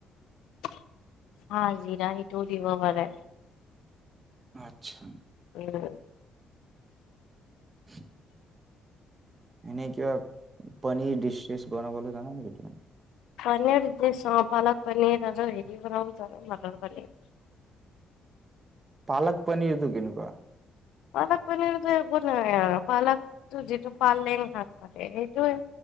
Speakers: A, on the left; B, on the right.
A: চা জিৰা সিটোও দিব পাৰে।
B: আচ্ছা।
A: উম।
B: <unintelligible> এনেই কিবা পনীৰ ডিছ চিছ বনাবলৈ জানা নেকি তুমি?
A: পনীৰ <unintelligible> অ পালক পনীৰ তাৰপিছত হেৰি বনাব জানো মটৰ পনীৰ।
B: পালক পনীৰটো কেনেকুৱা?
A: পালক পানীৰতো একো নাই আৰু পালাকটো যিটো পালেং শাক থাকে সেইটোৱে।